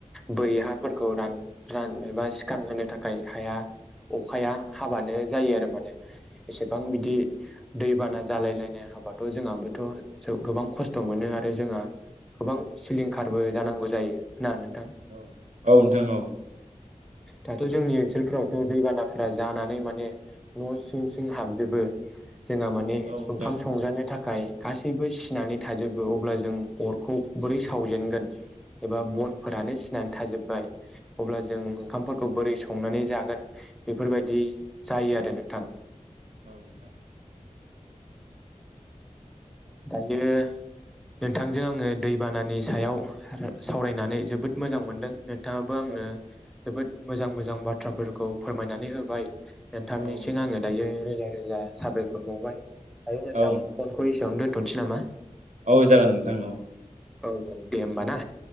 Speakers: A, in the centre; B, on the right (about 75°).
A: बोरि हाफोरखौ रान -रान एबा सिखां होनो थाखाय हाया अखाया हाबानो जायो आरो माने एसेबां बिदि दैबाना जालाय लायनाय हाबाथ' जोंहाबोथ' गोबां खस्थ' मोनो आरो जोंहा गोबां सिलिंखारबो जानांगौ जायो। ना नोंथां
B: औ -औ नोंथां औ।
A: दाथ' जोंनि ओनसोलफोरावथ' दैबाना <unintelligible> जानानै माने न' सिं सिं हाबजोबो। जोंहा माने
B: औ
A: ओंखाम
B: नोंथां
A: संजानो थाखाय गासैबो सिनानै थाजोबो अब्ला जों अरखौ बोरै सावजेनगोन। एबा
B: औ
A: बनफोरानो
B: नोंथां
A: सिनानै थाजोबबाय अब्ला जों
B: औ
A: ओंखामफोरखौ बोरै <unintelligible> संनानै जागोन। बेफोरबायदि जायो आरो नोंथां।
B: औ नोंथां।
A: दायो नोंथांजों आङो दैबानानि सायाव सावरायनानै जोबोद मोजां मोनदों। नोंथाङाबो आंनो
B: औ नोंथां
A: जोबोद मोजां -मोजां बाथ्राफोरखौ फोरमायनानै होबाय। नोंथांनिसिम
B: औ नोंथां
A: आङो दायो रोजा -रोजा साबायखर बावबाय। दायो नोंथां
B: औ
A: फनखौ एसेयावनो दोन <unintelligible> नामा?
B: औ जागोन नोंथां औ।
A: औ -औ दे होम्बा ना?